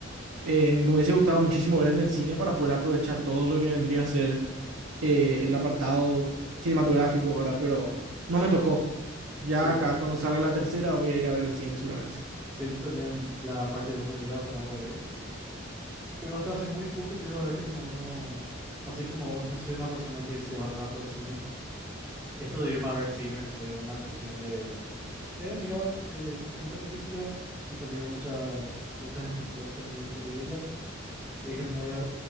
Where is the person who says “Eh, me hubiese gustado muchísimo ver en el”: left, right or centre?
Right